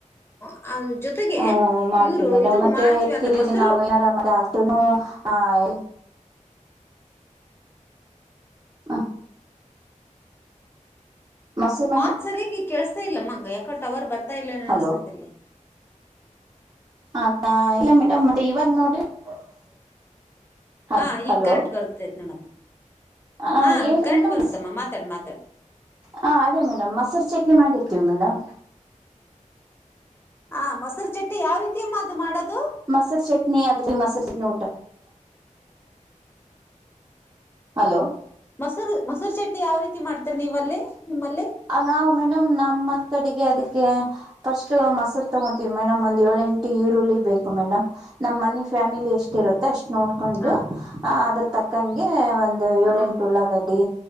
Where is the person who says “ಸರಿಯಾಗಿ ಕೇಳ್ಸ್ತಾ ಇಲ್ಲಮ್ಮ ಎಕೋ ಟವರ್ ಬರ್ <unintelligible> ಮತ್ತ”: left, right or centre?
Left